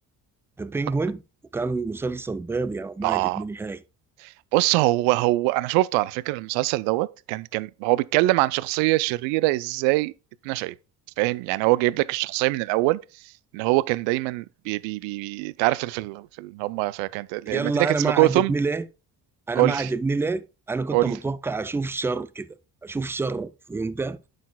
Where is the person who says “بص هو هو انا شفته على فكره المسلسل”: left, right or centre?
Right